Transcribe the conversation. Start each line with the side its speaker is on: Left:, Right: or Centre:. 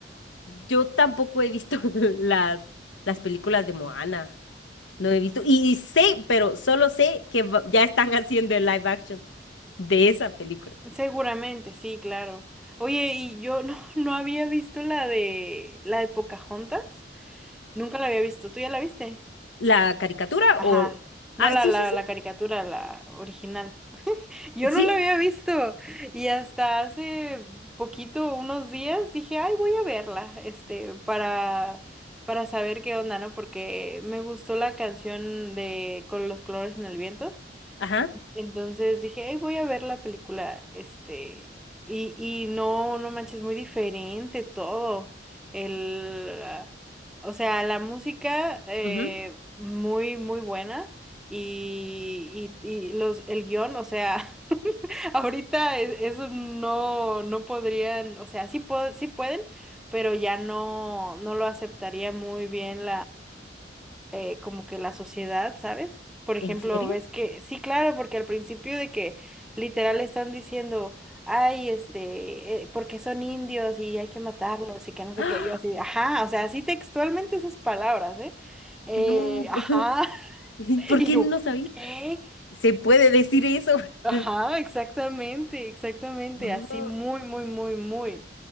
Left: yo tampoco he visto <laughs> las, las películas de Moana. No he visto. Y, y sé, pero solo sé que va- ya están <laughs> haciendo el live action de esa película.
Centre: Seguramente, sí, claro. Oye, y yo no, <laughs> no había visto la de la de Pocahontas. Nunca la había visto. ¿Tú ya la viste?
Left: ¿La caricatura
Centre: Ajá.
Left: o...?
Centre: No
Left: Ah,
Centre: la,
Left: sí,
Centre: la,
Left: sí, sí.
Centre: la caricatura, la original. Yo no
Left: Sí,
Centre: la había visto. Y hasta hace poquito, unos días, dije, ay, voy a verla, este, para, para saber qué onda, ¿no? Porque me gustó la canción de Con los colores en el viento.
Left: ajá.
Centre: Entonces dije, "Ay, voy a ver la película, este, y, y no, no manches, muy diferente todo. El, ah, o sea, la música eh,
Left: ujú.
Centre: muy, muy buena y, y, y los, el guión, o sea, <laughs> ahorita e- eso no, no podrían, o sea, sí, po- sí pueden, pero ya no, no lo aceptaría muy bien eh, como que la sociedad, ¿sabes? Por ejemplo,
Left: ¿En serio?
Centre: ves que, sí, claro, porque al principio de que literal están diciendo, ay, este, eh, porque son indios y hay que matarlos y que no sé
Left: ¡Ah!
Centre: qué, yo así, ajá, o sea, así textualmente esas palabras, ¿eh? Eh,
Left: No.
Centre: ajá,
Left: <laughs> ¿Y
Centre: <laughs>
Left: ¿Por
Centre: y
Left: qué
Centre: yo,
Left: no sabía?
Centre: ¿qué?
Left: ¿Se puede decir eso?
Centre: Ajá,
Left: <laughs>
Centre: exactamente, exactamente,
Left: No.
Centre: así muy, muy, muy, muy,